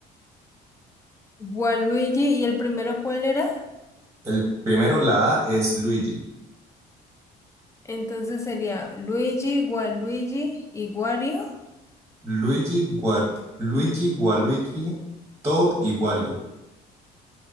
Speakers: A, on the left; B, on the right.
A: Waluigi, ¿y el primero cuál era?
B: El primero, la A, es Luigi.
A: Entonces sería Luigi, Waluigi y Wario.
B: Luigi, Gua- Luigi, Gualuigi, Toad y Wario.